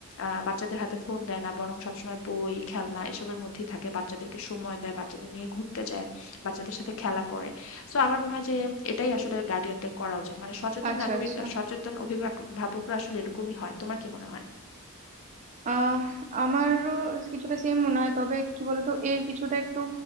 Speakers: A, on the left; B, on the right.
A: আহ বাচ্চাদের হাতে ফোন দেয় না বরং সবসময় বই খেলনা এসবের মধ্যেই থাকে বাচ্চাদেরকে সময় দেয় বাচ্চাদের নিয়ে ঘুরতে যায় বাচ্চাদের সাথে খেলা করে সো আমার মনে হয় যে এটাই আসলে গার্ডিয়ানদের করা উচিত মানে সচেতন
B: আচ্ছা
A: নাগরিক
B: আচ্ছা
A: সচেতন অভিভাবক- অভিভাবকরা আসলে এরকমই হয় তোমার কি মনে হয়
B: আহ আমারও কিছুটা সেম মনে হয় তবে কি বলতো এর কিছুটা একটু